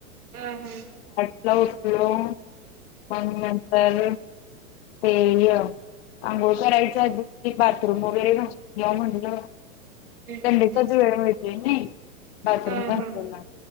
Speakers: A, on the right; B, on the left.
A: हम हम्
B: उचलो आणिग नंतर ते आंघोळ करायचा बाथरूम वगैरे घ म्हटलं
A: ह
B: ड तच वेळ माहितीय नाही बाथरूम
A: ह
B: घासलेला